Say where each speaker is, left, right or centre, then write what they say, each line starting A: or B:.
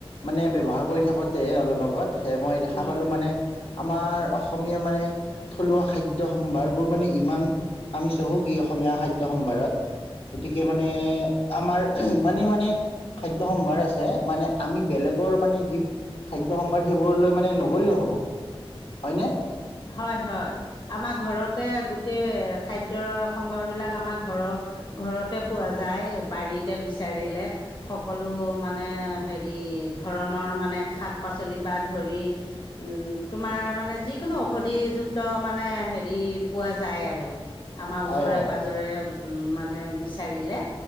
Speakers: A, on the left; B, on the left.
A: মানে ব্যৱহাৰ কৰি থাকোঁতে অলপ আগত সেই মই দেখা
B: উম
A: পালো মানে আমাৰ অসমীয়া মানে থলুৱা খাদ্য সম্ভাৰবোৰ মানে ইমান আমি চহকী অসমীয়া খাদ্য সম্ভাৰত গতিকে
B: উম
A: মানে আমাৰ ইমানেই মানে খাদ্য সম্ভাৰ আছে মানে আমি বেলেগৰ মানে যি খাদ্য সম্ভাৰ সেইবোৰলৈ মানে নগ'লেও হব। হয় নে!
B: হয় হয়। আমাৰ ঘৰতে গোটেই খাদ্যয়ৰ সম্ভাৰ বিলাক আমাৰ ঘৰৰ ঘৰতে পোৱা যায় বাৰীতে বিচাৰিলে। সকলো মানে হেৰি ধৰণৰ মানে শাক-পাচলি পৰা ধৰি উম তোমাৰ মানে যিকোনো ঔষধিযুক্ত মানে হেৰি পোৱা যায় আৰু আমাৰ
A: হয়
B: ওচৰে-পাজৰে
A: হয়
B: নিজৰে উম মানে বিচাৰিলে।